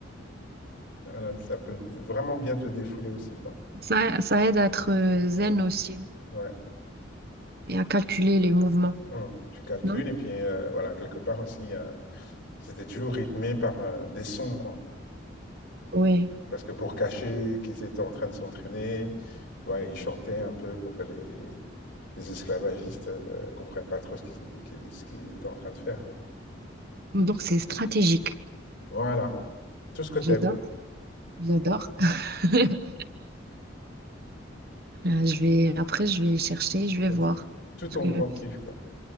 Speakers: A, on the left; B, on the right.
A: voilà, ça peut vraiment bien te défouler aussi, quoi.
B: Ça, ça aide à être euh, zen
A: Mm.
B: aussi.
A: Ouais.
B: et à calculer les mouvements,
A: Mm. Tu calcules
B: non?
A: et puis euh, voilà, quelque part aussi, il y a- c'était toujours rythmé par euh, des sons, quoi.
B: Oui.
A: Parce que pour cacher qu'ils étaient en train de s'entraîner, tu vois, ils chantaient un peu pour que les, les esclavagistes euh, comprennent pas trop ce qu'ils qu'ils- ce qu'ils étaient en train de faire. quoi.
B: Donc c'est stratégique.
A: Voilà. Tout ce que t'aimes.
B: J'adore, j'adore. <laughs> Euh, Je vais, après, je vais chercher, je vais
A: Ça,
B: voir.
A: c'est Tout ton
B: Parce que
A: grand kiff, quoi.